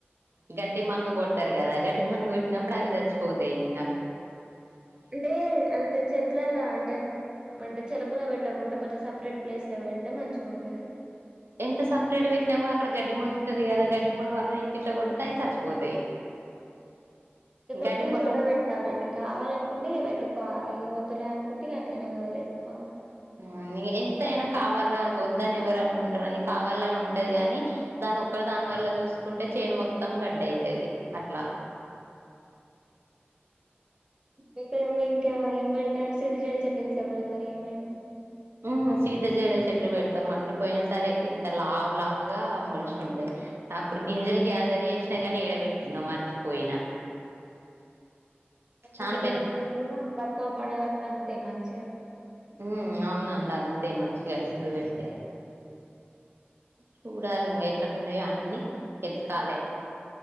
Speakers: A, on the right; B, on the right.
A: గడ్డి మందు కొడతారు కదా గడ్డి మందు కొట్టినప్పుడు అవి చచ్చిపోతాయి ఇంగ
B: అంటే అంటే చెట్లల్లా అంటే అంటే చెలుకలో పెట్టకుంటా కొంచెం సపరేట్ ప్లేస్ల పెడితే మంచిగుంటది
A: ఎంత సపరేట్ పెట్టినా కూడా అక్కడ గడ్డిమోలుతది కదా గడ్డి మోలువంగ ఇట్టిట్లా కొడతాయి చచ్చిపోతాయి
B: ఆ కొట్టన్
A: గడ్డి మొలవని
B: చోట వెట్ వేట్టాలండి కావాలనుకుంటే పెట్టుకోవాలి వద్దులే అనుకుంటే అట్లనే వదిలేసుకోవాలి
A: అవు ఎంతైనా కావాలా వద్దాని ఎవరు అనుకుంటారండి కావాలా అని ఉం ఉంటది కాని దాని ఒక్క దాని వల్ల చూసుకుంటే చైన్ మొత్తం గడ్డ అవుతుది అట్లా
B: ఇ మీ ఇంకే ఏం పెడతారని సిరి చెడ్ చెట్లు ఇట్లా పెడతార ఏమైనా
A: హ్మ్ సీత జేడ చెట్లు పెడతాం అండి పోయిన సారి అయితే ఇంత లావు లావుగా మలిచి ఉండే అప్పుడు గింజలు గ్యాదర్ చేసినా గానీ ఈడబెట్టింద మర్చిపోయినా
B: ఆ సీత
A: చానా
B: జడ
A: పెద్ద
B: పువ్వు కూడ బత్కమ్మ పండుగకు <unintelligible> అంతే మంచిగ
A: హ్మ్ అవునండి అంతేే మంచిగా ఇప్పుడు పెడితే చూడాలి ఇంక ఎక్కడ ఉన్నాయో అన్ని ఎతకాలి